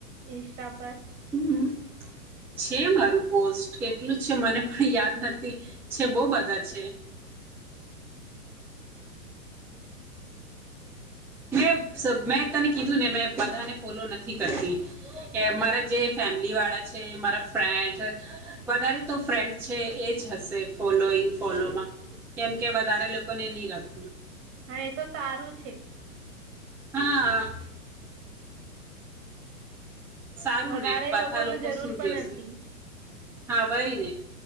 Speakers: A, on the right; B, in the centre.
A: ઇન્સ્ટા પર
B: હમ છે મારું પોસ્ટ કેટલું છે મને પણ યાદ નથી છે બહ બધા છે મે મેં તને કીધું ને મેં બધાને ફોલો નથી કરતી કે મારા જે ફેમિલી વાળા છે મારા ફન્ડ વધારે તો ફ્રેન્ડ છે એજ હશે ફોલોઈંગ ફોલોમાં કેમ કે વધારે લોકોને નહી રાખ
A: હા એ તો સારું છે
B: હા સારું
A: વધારે
B: ને બધા
A: લોકો ન જરૂર
B: શું
A: પણ
B: જોશે
A: નથી
B: હા વય ને